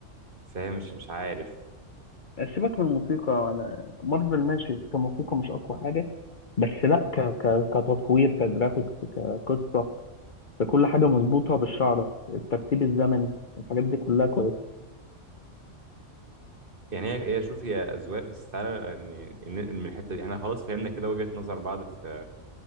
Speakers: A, on the right (about 45°); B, on the left (about 45°).
A: فاهم مش مش عارف
B: سيبك من الموسيقى انا مارفل ماشي كموسيقى مش اقوى حاجه بس لا ك... ك... كتصوير كجرافيكس كقصه فكل حاجة مظبوطة بالشعرة الترتيب الزمني الحاجات دي كلها كويسة
A: يعني هي هي شوف هي اذواق بس تعالى ن- ننقل من الحته دي احنا خلاص فهمنا كده وجهه نظر بعض في